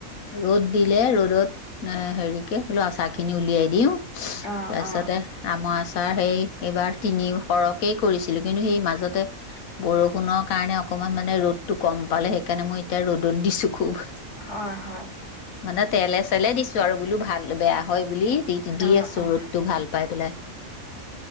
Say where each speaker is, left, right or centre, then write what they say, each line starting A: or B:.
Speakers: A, on the left; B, on the left.
A: ৰদ দিলে ৰ'দত হেৰি কে বলো আচাৰ খিনি উলিয়াই দিওঁ। তাৰপিছতে
B: অঁ অঁ
A: আমাৰ ছাৰ সেই এইবাৰ তিনি সৰহকেই কৰিছিলো, কিন্তু সেই মাজতে বৰষুণৰ কাৰণে অকমান মানে ৰ'দটো কম পালে সেইকাৰণে মই এতিয়া ৰ'দত দিছো খুব।
B: হয় হয়
A: মানে তেলে চেলে দিছো আৰু বোলো ভাল বেয়া হয় বুলি দি দি
B: অঁ
A: আছো
B: অঁ
A: ৰ'দটো ভাল পাই পেলাই।